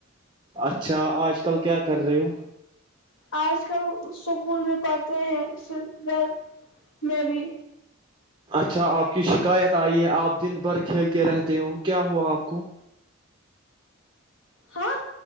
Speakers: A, on the right; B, on the left.
A: اچھا آج کل کیا کر رہے ہو
B: آج کل سکول میں پڑھتے ہیں گھر میں بھی
A: اچھا آپ کی شکایت آئی ہے آپ دن بھر کھیلتے رہتے ہو کیا ہوا آپ کو
B: ہاں